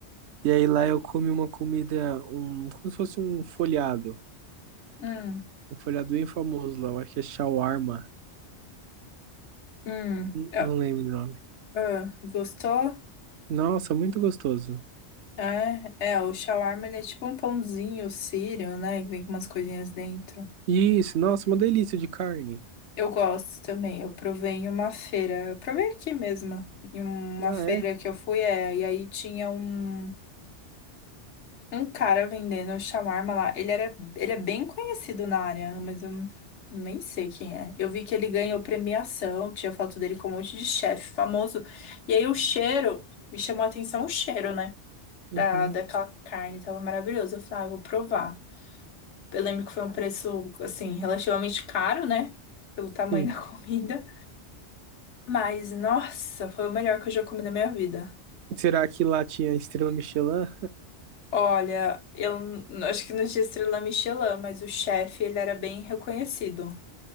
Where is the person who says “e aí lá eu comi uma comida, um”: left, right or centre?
Right